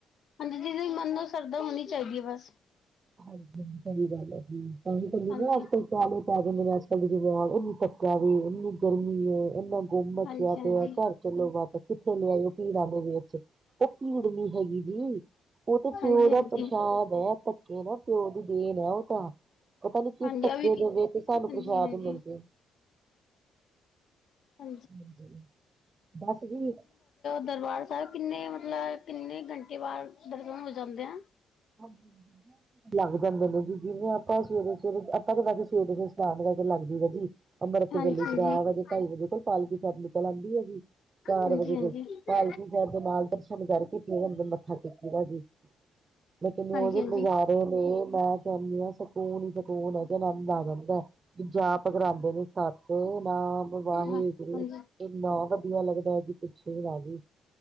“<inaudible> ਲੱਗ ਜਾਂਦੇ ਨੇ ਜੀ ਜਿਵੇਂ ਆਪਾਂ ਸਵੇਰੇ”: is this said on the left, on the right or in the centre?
Right